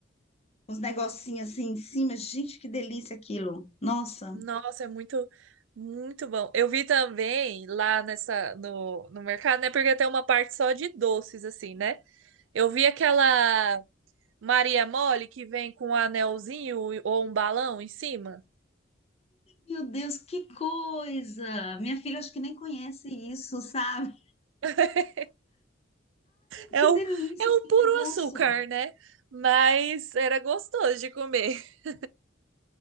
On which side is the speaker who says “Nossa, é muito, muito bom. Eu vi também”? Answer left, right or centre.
Right